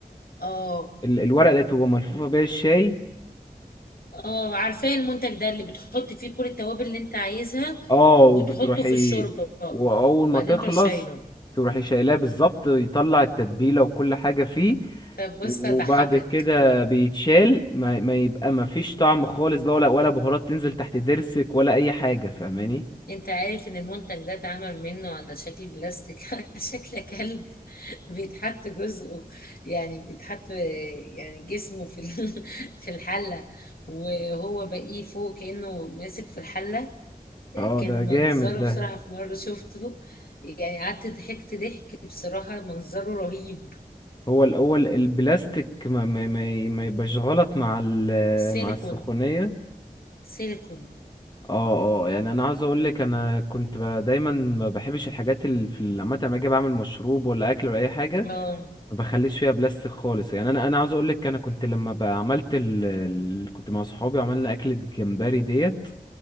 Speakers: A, on the left; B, on the left.
A: اه
B: ال- الورقه اللي بتبقى ملفوفه بيها الشاي
A: اه عارفاه المنتج ده اللي بتحط فيه كل التوابل اللي انت عايزها
B: اه وبتروحي
A: وتحطه في الشوربة
B: واول
A: وبعدين
B: ما تخلص
A: تروح شايله
B: تروحي شايلاه بالظبط يطلع التتبيله وكل حاجه فيه
A: طب بص
B: وبعد
A: اضحكك
B: كده بيتشال ما, ما يبقى ما فيش طعم خالص بقى ولا ولا بهارات تنزل تحت ضرسك ولا اي حاجه فاهماني
A: انت عارف ان المنتج ده اتعمل منه على شكل بلاستيك <laughs> على شكل كلب بيتحط جزءه يعني بيتحط يعني جسمه في ال- <laughs> في الحلة وهو باقيه فوق كأنه ماسك في الحلة
B: اه
A: كان
B: ده
A: منظره
B: جامد ده
A: بصراحة في مرة شفته يعني قعدت ضحكت ضحك بصراحة منظره رهيب
B: هو الاول البلاستيك ما ما ما, ما يبقاش غلط مع ال-
A: سيليكون
B: مع السخونيه
A: سيليكون
B: اه اه يعني انا عاوز اقول لك انا كنت ب- دايما ما بحبش الحاجات اللي في ال- عامه لما اجي بعمل مشروب ولا اكل ولا اي حاجه
A: اه
B: ما بخليش فيها بلاستيك خالص يعني انا انا عاوز اقول لك انا كنت لما ب- عملت ال... ال- كنت مع صحابي عملنا اكلة جمبري ديت